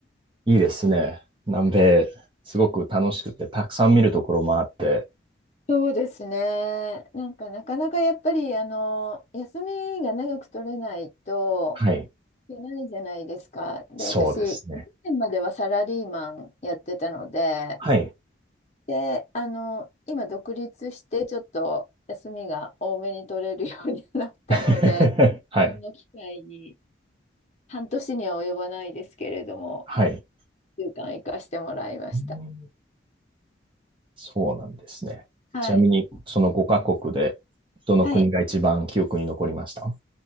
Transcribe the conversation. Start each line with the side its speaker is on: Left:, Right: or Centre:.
Right: いいですね。南米、すごく楽しくて、たくさん見るところもあって。
Left: そうですね。なんかなかなかやっぱりあの休みが長く取れないと
Right: はい。
Left: じゃないじゃないですか。で、
Right: そうですね。
Left: 私、去年まではサラリーマンやってたので、
Right: はい。
Left: で、あの、今独立してちょっと休みが多めに取れるようになったので、
Right: <laughs> はい。
Left: この機会に半年には及ばないですけれども、
Right: はい。
Left: 一週間行かしてもらいました。
Right: うんそうなんですね。
Left: はい。
Right: ちなみに、その5カ国で、どの国が一番記憶に残りました
Left: はい。やっ